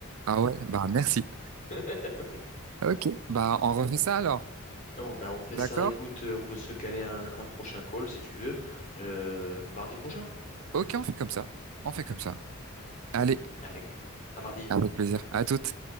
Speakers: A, on the right; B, on the left.
A: Ah ouais, bah merci.
B: <laughs>
A: Ok, bah on refait ça alors.
B: Oh, ben, on fait
A: D'accord?
B: ça, écoute, euh, on peut se caler un, un prochain call si tu veux, le mardi prochain,
A: Ok, on fait comme ça. On fait comme ça. Allez,
B: avec à mardi.
A: avec plaisir. À toutes.